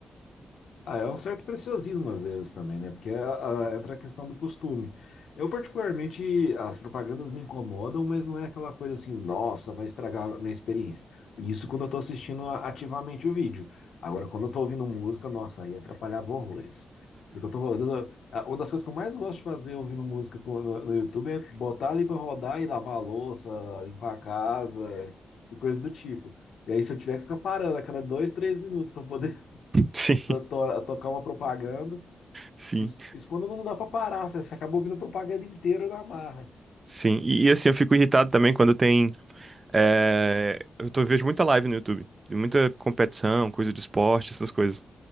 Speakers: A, on the left; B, on the right.
A: Ah, é um certo preciosismo às vezes também, né? Porque a- a- entra a questão do costume. Eu, particularmente, as propagandas me incomodam, mas não é aquela coisa assim, nossa, vai estragar a minha experiência. Isso quando eu tô assistindo a- ativamente o vídeo. Agora, quando eu tô ouvindo música, nossa, aí atrapalhava horrores. Porque eu tô, às vezes, eu- a- uma das coisas que eu mais gosto de fazer ouvindo música com- no, no YouTube é botar ali pra rodar e lavar a louça, limpar a casa e coisas do tipo. E aí, se eu tiver que ficar parando a cada dois, três minutos para poder
B: <laughs> Sim,
A: to- to- tocar uma propaganda.
B: sim,
A: Isso, isso quando não dá pra parar, você, você acaba ouvindo a propaganda inteira na marra.
B: sim. E, e, assim, eu fico irritado também quando tem. eh, eu tô, vejo muita live no YouTube. Muita competição, coisa de esporte, essas coisas.